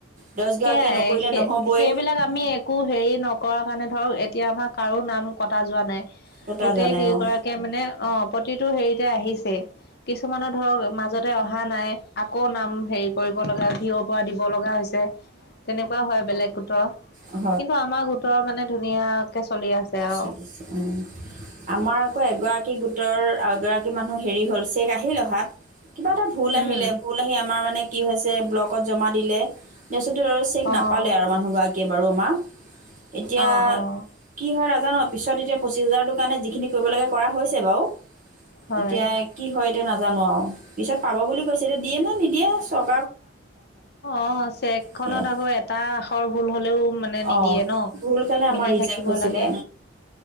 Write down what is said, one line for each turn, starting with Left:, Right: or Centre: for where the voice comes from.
Right: দহগৰাকীয়ে
Left: সেইয়াই
Right: নকৰিলে
Left: সেই
Right: নহ'বই
Left: -সেইবিলাক আমি একো হেৰি নকৰাৰ কাৰণে ধৰক এতিয়া আমাৰ কাৰো নাম কটা যোৱা নাই।
Right: কটা
Left: গোটেই
Right: যোৱা নাই
Left: কেই
Right: অঁ
Left: গৰাকীয়ে মানে অহ প্ৰতিটো হেৰিতে আহিছে কিছুমানৰ ধৰক মাজত তাই অহা নাই। আকৌ নাম হেৰি কৰিব লগা ভিৱ পা দিব। বৰ লগা হৈছে। তেনেকুৱা হয় বেলেগ গোটৰ
Right: অঁ
Left: কিন্তু আমাৰ গোটৰ মানে ধুনীয়াকে চলি আছে আৰু।
Right: চলিছে উম আমাৰ আকৌ এগৰাক গোটৰ এগৰাকী মানুহ হেৰি হল চেক আহি অহাত। কিবা এটা ভুল আহিলে
Left: উম।
Right: ভুল আহি আমাৰ মানে কি হৈছে ব্লকত জমা দিলে। তাৰপিছত আৰু চেক
Left: অ',
Right: নাপালে আৰু মানুহগৰাকীয়ে বাৰু। আমাৰ। এতিয়া
Left: অহ - অহ
Right: কি হয় নাজানো পিছত এতিয়া পঁচিছ হাজাৰটোৰ কাৰণে যিখিনি কৰিব লগে কৰা হৈছে বাৰু।
Left: হয়।
Right: এতিয়া কি হয় এতিয়া নাজানো আৰু পিছত পাব বুলি কৈছে এতিয়া দিয়ে নে নিদিয়ে চব
Left: অহ, চেক খনত
Right: সেয়াই
Left: আকৌ এটা আখৰ ভুল হলেও মানে নিদিয়ে
Right: অঁ
Left: ন
Right: ভুল কাৰণে
Left: মিলি
Right: আমাৰ ৰিজেক্ট
Left: থাকিব
Right: হৈছিলে
Left: লাগে